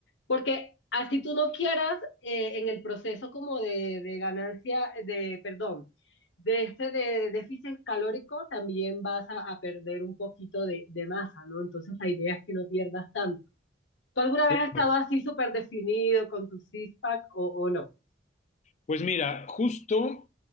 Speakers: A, on the left; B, on the left.
A: Porque así tú no quieras, eh, en el proceso como de, de ganancia, de, perdón, de este de, de déficit calórico, también vas a, a perder un poquito de, de masa, ¿no? Entonces la idea es que no pierdas tanto. ¿Tú alguna vez
B: Claro.
A: has estado así súper definido con tu six-pack o, o no?
B: Pues mira, justo